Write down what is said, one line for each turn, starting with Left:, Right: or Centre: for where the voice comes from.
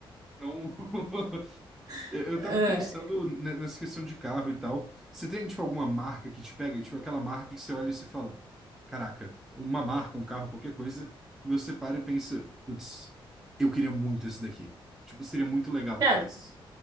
Centre: Então, <laughs>
Right: <laughs>
Centre: Eu eu
Right: É,
Centre: tava pensando ne- nessa questão de carro e tal. Você tem, tipo, alguma marca que te pega? Tipo, aquela marca que você olha e se fala, caraca, uma marca, um carro, qualquer coisa, e você para e pensa, putz, eu queria muito esse daqui. Tipo, seria muito legal
Right: cara,
Centre: ter esse.